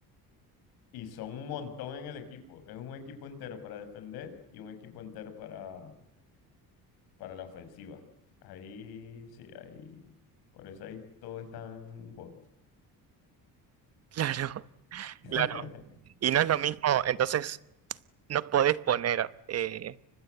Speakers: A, on the left; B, on the right.
A: Y son un montón en el equipo. Es un equipo entero para defender y un equipo entero para, para la ofensiva. Ahí sí, ahí. Por eso ahí todos están gordos.
B: Claro.
A: <laughs>
B: Claro. Y no es lo mismo, entonces no podés poner eh,